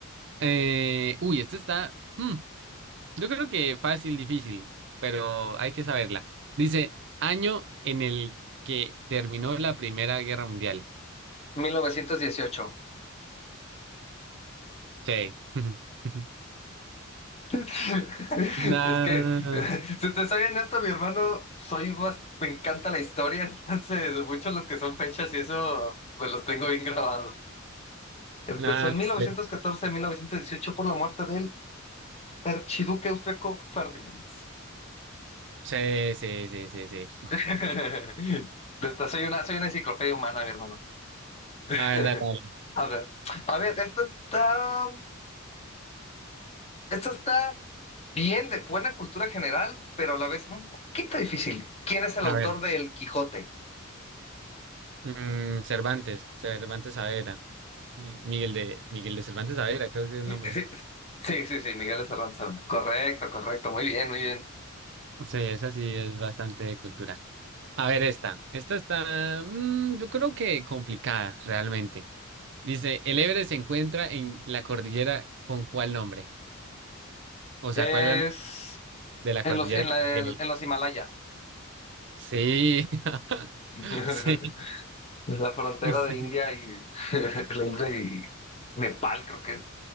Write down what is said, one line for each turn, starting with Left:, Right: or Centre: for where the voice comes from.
Right: Eh, uy, esta está. hmm, yo creo que fácil, difícil, pero hay que saberla. Dice, año en el que terminó la Primera Guerra Mundial.
Left: mil novecientos dieciocho
Right: Sí. <laughs>
Left: <laughs>
Right: Nah,
Left: Es que, <laughs> si te soy honesto, mi hermano, soy bas- me encanta la historia, <laughs> entonces muchos los que son fechas y eso, pues los tengo bien grabados. Empezó
Right: nah,
Left: en mil
Right: sí,
Left: mil novecientos catorce mil novecientos dieciocho por la muerte del archiduque Eufeco Ferdinand.
Right: sí, sí, sí, sí.
Left: <laughs> Te- Soy una, soy una enciclopedia humana, mi hermano. <laughs>
Right: A ver, dale, dale.
Left: A ver, a ver, esta está, esta está Bien, de buena cultura general, pero a la vez un poquito difícil. ¿Quién es el
Right: A
Left: autor
Right: ver.
Left: de El Quijote?
Right: Mm, Cervantes, Cervantes Saavedra. Eh, Miguel de, Miguel de Cervantes Saavedra, creo que es el
Left: Mi-
Right: nombre.
Left: Sí, sí, sí, sí, Miguel de Cervantes. Saavedra. Correcto, correcto. Muy bien, muy bien.
Right: Sí, esa sí es bastante de cultura. A ver, esta. Esta está, mm, yo creo que complicada, realmente. Dice, el Everest se encuentra en la cordillera con cuál nombre? O sea,
Left: Es
Right: ¿cuál es la de la
Left: en
Right: cordillera
Left: los, en
Right: que
Left: la,
Right: contiene
Left: en
Right: el...
Left: los Himalaya.
Right: Sí, <laughs>
Left: <laughs>
Right: sí,
Left: Es la frontera
Right: sí, sí.
Left: de India y, <laughs> la India y Nepal, creo que es.